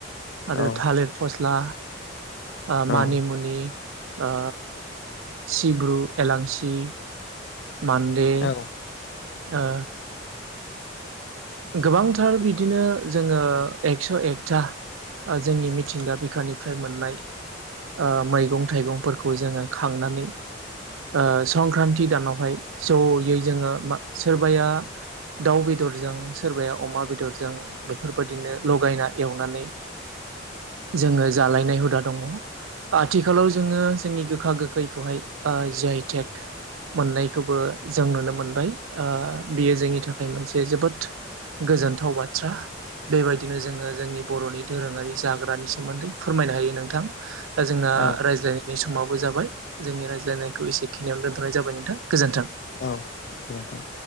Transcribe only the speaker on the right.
आरो
थालिर फसला ओ मानिमुनि
ओ सिब्रु एलांसि, मान्दे
ओ गोबांथार बिदिनो जोङो एकस' एकथा। ओ जोंनि मिथिंगा बिखानिफ्राय मोननाय। ओ मैगं थाइगंफोरखौ जोङो खांनानै ओ संक्रान्ति दानावहाय जयै जोङो मा सोरबाया दाउ बेदरजों सोरबाया अमा बेदरजों बेफोरबायदिनो लगायना एवनानै जोङो जालायनाय हुदा दङ' आथिखालाव जोङो जोंनि गोखा गोखैखौहाय ओ जिआयटेक मोननायखौबो जों नुनो मोनबाय ओ बियो जोंनि थाखाय मोनसे जोबोद गोजोनथाव बाथ्रा। बेबायदिनो जोङो जोंनि बर'नि दधोरोङारि जाग्रानि सोमोन्दै फोरमायनो हायो नोंथां। दा जोंना आ
रायज्लायनायनि समाबो जाबाय। जोंनि रायज्लायनायखौ एसेखिनियावनो दोन्थ'नाय जाबाय नोंथां गोजोन्थों।